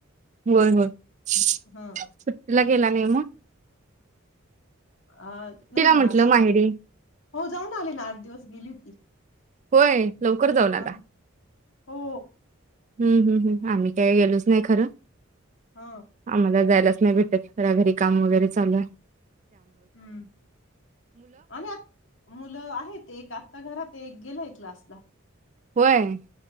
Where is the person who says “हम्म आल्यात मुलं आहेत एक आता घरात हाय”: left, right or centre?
Left